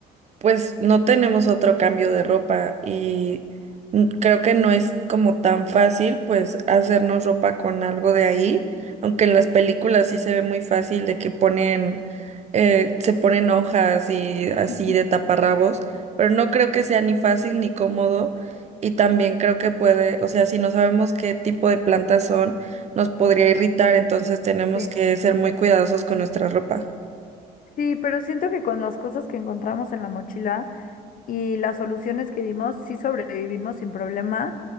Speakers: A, on the right (about 40°); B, on the left (about 55°).
A: pues no tenemos otro cambio de ropa y n- creo que no es como tan fácil pues hacernos ropa con algo de ahí, aunque en las películas sí se ve muy fácil de que ponen, eh, se ponen hojas y así
B: Ujú.
A: de taparrabos, pero no creo que sea ni fácil ni cómodo y también creo que puede, o sea, si no sabemos qué tipo de plantas son, nos podría irritar, entonces tenemos
B: Sí.
A: que ser muy cuidadosos con nuestra ropa.
B: Sí, pero siento que con las cosas que encontramos en la mochila y las soluciones que dimos, sí sobrevivimos sin problema.